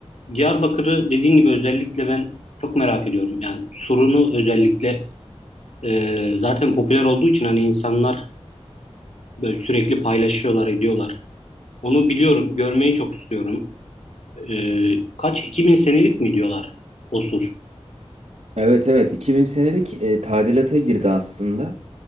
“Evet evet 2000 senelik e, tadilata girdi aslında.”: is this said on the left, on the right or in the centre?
Right